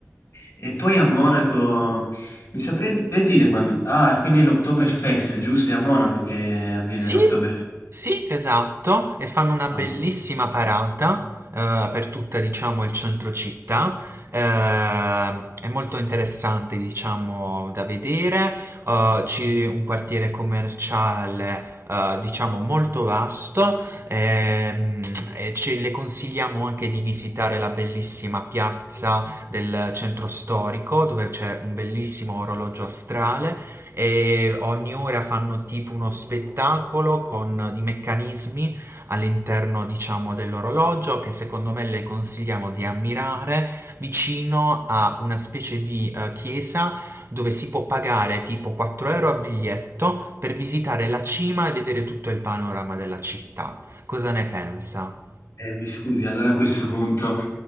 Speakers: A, on the left; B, on the right.
A: E poi a Monaco, mi saprebbe dire quando... Ah, quello è l'Oktoberfest, giusto? È a Monaco che avviene
B: Sì,
A: l'Oktoberfest.
B: sì, esatto, e fanno una
A: Ah.
B: bellissima parata eh, per tutta, diciamo, il centro città. Eh, è molto interessante, diciamo, da vedere. Eh, c'è un quartiere commerciale, eh, diciamo, molto vasto. ehm, e ce le consigliamo anche di visitare la bellissima piazza del centro storico, dove c'è un bellissimo orologio astrale e ogni ora fanno tipo uno spettacolo con eh, di meccanismi all'interno, diciamo, dell'orologio che secondo me le consigliamo di ammirare vicino a una specie di eh, chiesa dove si può pagare tipo 4 euro a biglietto per visitare la cima e vedere tutto il panorama della città. Cosa ne pensa?
A: Eh, mi scusi, allora a questo punto